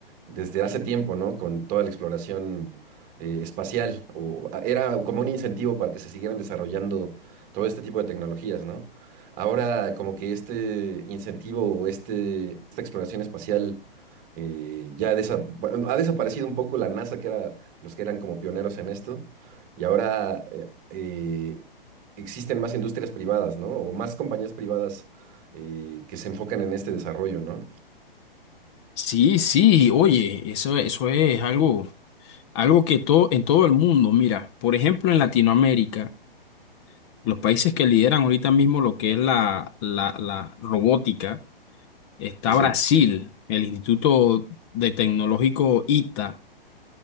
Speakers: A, on the right (about 30°); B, on the left (about 30°).
A: desde hace tiempo, ¿no? Con toda la exploración eh, espacial. O, a- era como un incentivo para que se siguieran desarrollando todo este tipo de tecnologías, ¿no? Ahora, como que este incentivo o este, esta exploración espacial eh, ya desa- bueno, ha desaparecido un poco la NASA, que era los que eran como pioneros en esto. Y ahora eh, eh, existen más industrias privadas, ¿no? O más compañías privadas eh, que se enfocan en este desarrollo, ¿no?
B: Sí, sí, oye, eso, eso es algo, algo que todo, en todo el mundo, mira, por ejemplo, en Latinoamérica, los países que lideran ahorita mismo lo que es la, la, la robótica, está
A: Sí, sí.
B: Brasil, el Instituto de Tecnológico ITA